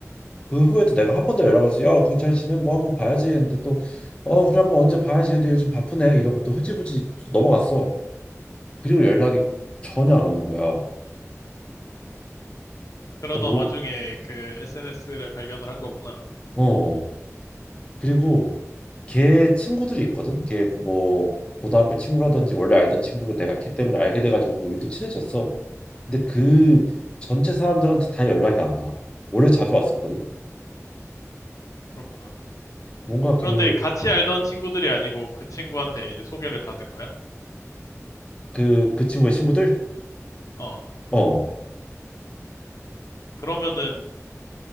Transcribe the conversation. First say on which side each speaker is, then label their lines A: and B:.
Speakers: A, on the left; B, on the left.
A: 그 후에도 내가 한 번 더 연락을 했어. 야, 그잘 지내? 뭐 한번 봐야지 했는데 또 어 그래 한번 언제 봐야지. 근데 요즘 바쁘네 이러고 또 흐지부지 넘어갔어. 그리고 연락이 전혀 안 오는 거야.
B: 그러던
A: 그러니까 뭐
B: 와중에 그 SNS를 발견을 한 거구나.
A: 어. 어. 그리고 걔 친구들이 있거든. 걔 뭐 고등학교 친구라든지 원래 알던 친구를 내가 걔 때문에 알게 돼가지고 우리도 친해졌어. 근데 그 전체 사람들한테 다 연락이 안 와. 원래 자주 왔었거든.
B: 그렇구나.
A: 뭔가
B: 그런데
A: 그
B: 같이 알던 친구들이 아니고 그 친구한테 이제 소개를 받은 거야?
A: 그 그 친구의 친구들?
B: 어.
A: 어
B: 그러면은